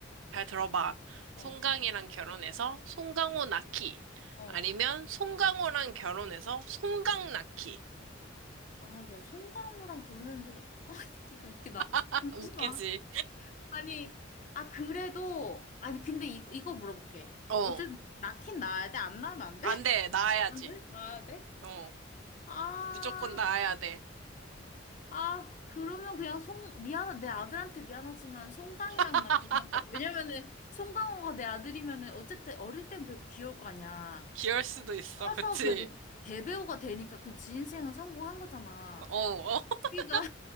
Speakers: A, on the right; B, on the left.
A: 잘 들어봐.
B: 어,
A: 송강이랑 결혼해서 송강호 낳기.
B: 어.
A: 아니면 송강호랑 결혼해서 송강 낳기.
B: 아, 야, 송강호랑 결혼했는데, <laughs> 아, 이거 웃기다.
A: <laughs>
B: 잠시만.
A: 웃기지?
B: 아니, 아, 그래도, 아니, 근데 이, 이거 물어볼게.
A: 어,
B: 어쨌든, 낳긴 낳아야 돼? 안 낳으면 안 돼?
A: 안
B: <laughs>
A: 돼. 낳아야지.
B: 안 돼? 나야 돼?
A: 어,
B: 아,
A: 무조건 낳아야 돼.
B: 아, 그러면 그냥 송, 미안, 내 아들한테 미안하지만 송강이랑
A: <laughs>
B: 나 결혼할 것 같아. 왜냐면은, 송강호가 내 아들이면은, 어쨌든 어릴 땐 그래도 귀여울 거 아니야.
A: 귀여울 수도 있어,
B: 커서
A: 그치?
B: 그래도 대배우가 되니까 그건 지 인생은 성공한 거잖아.
A: 어, 어, <laughs>
B: 그러니까